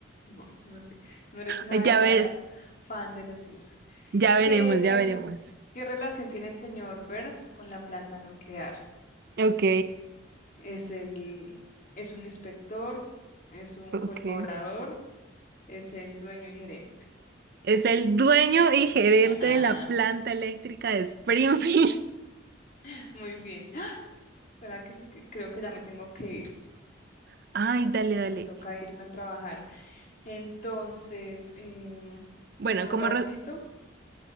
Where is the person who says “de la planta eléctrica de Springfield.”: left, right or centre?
Right